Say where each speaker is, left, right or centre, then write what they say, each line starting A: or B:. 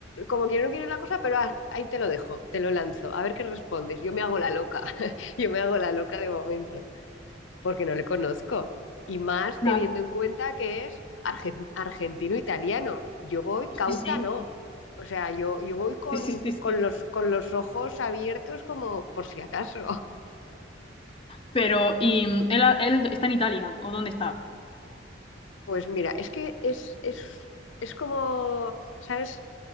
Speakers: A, on the left (about 80°); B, on the left (about 30°).
A: como quiero no quiero la cosa, pero ah, ahí te lo dejo, te lo lanzo, a ver qué respondes. Yo me hago la loca, <laughs> yo me hago la loca de momento, porque no le conozco. Y más
B: No,
A: teniendo en cuenta que es argen- argentino-italiano. Yo voy
B: sí,
A: cauta,
B: sí,
A: no. O sea, yo, yo voy con,
B: sí, sí, sí,
A: con
B: sí.
A: los, con los ojos abiertos como por si acaso.
B: Pero, ¿y mm, él, él está en Italia? ¿O dónde está?
A: Pues mira, es que es, es, es como, ¿sabes?